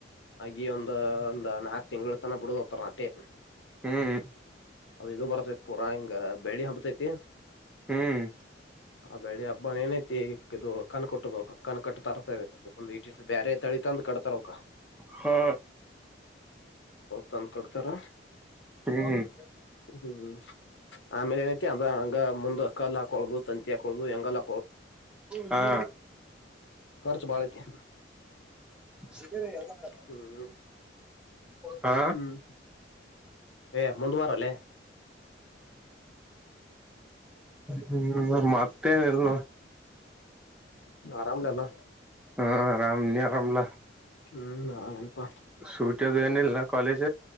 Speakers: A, on the left; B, in the centre.
A: ಹಾಗ ಒಂದು ಒಂದ್ ನಾಕ್ ತಿಂಗಳು. ತ್ತನ್ನ ಬಿಡಗ ಒತ್ತರನಾಟೆ.
B: ಹ್ಮ್
A: ಅದ ಇದು ಬರತೈತಿ ಪೂರ ಹಿಂಗ ಬೆಳ್ಳಿ ಹಂಪ್ತೈತಿ.
B: ಹ್ಮ್.
A: ಆ ಬೆಳಿ ಹಬ್ಬ ಏನೈತಿ ಇದು ಕಣ ಕೊಟ್ಟುದು ಕಣ್ ಕಟ್ಟ ತರ್ತ. ಬೇರೆ ತಳಿ ತಂದ್ ಕೊಡ್ತಾರ ಅವಕ
B: ಹಾ
A: ತಂದ್ ಕೊಡ್ತಾರ.
B: ಹ್ಮ್
A: ಹ್ಮ್ ಆಮೇಲೆ ಏನತಿ ಅಂದ್ರ ಹಂಗ ಮುಂದ್ ಅ ಕಲ್ ಹಾಕೊಳದು ತಂತಿ ಕೊ ಎಂಗಲ್ಲ.
B: ಹಾ.
A: ಖರ್ಚು ಬಾಳ ಐತಿ.
B: ಹಗೇರೆ ಎಲ್ಲ.
A: ಹ್ಮ್
B: ಹಾ
A: ಹ್ಮ್. ಏ ಮುಂದುವಾರಲ್ಲೇ.
B: ಹ್ಮ್ ಮತ್ತೇನಲ್.
A: ಹ್ಮ್ ಆರಾಮ್ಲೆ ಅಲ್ಲ.
B: ಹಾ ಆರಾಮಲಿ. ಆರಾಮ.
A: ಹ್ಮ್ ಆರಾಮ ಅಪ್ಪ.
B: ಸುತ ತುಏನಿಲ್ಲಿಲ್ಲಾ. ಕಾಲೇಜ.